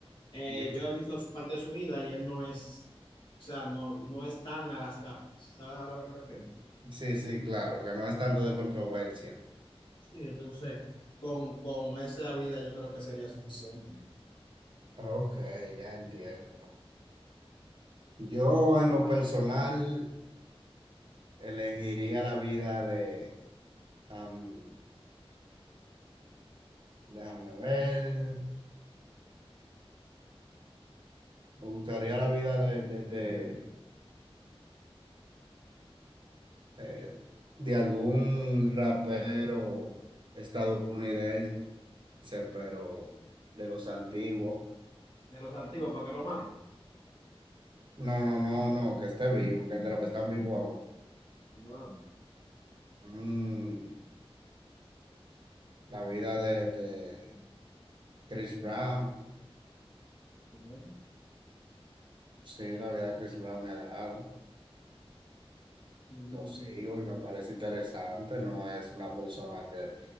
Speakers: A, on the left (about 50°); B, on the right (about 50°).
A: Eh,
B: ya.
A: yo he visto parte de su vida y él no es, o sea, no, no es tan a las camas. ¿Sabes a lo que me refiero?
B: Sí, sí, claro, que no es tanto de controversia.
A: Sí, entonces, Con, con esa vida yo creo que sería suficiente.
B: Ok, ya entiendo. Yo en lo personal elegiría la vida de, am, déjame ver. Me gustaría la vida de, de, de, eh, de algún rapero estadounidense, pero de los antiguos.
A: De los antiguos, ¿para que lo mate?
B: No, no, no, no, que esté vivo, que de los que están vivos ahora.
A: wow,
B: Mm, la vida de, de Chris Brown.
A: bien,
B: Sí, la vida de Chris Brown me agrada.
A: bien, bien.
B: Lo sigo y me parece interesante. No es una persona que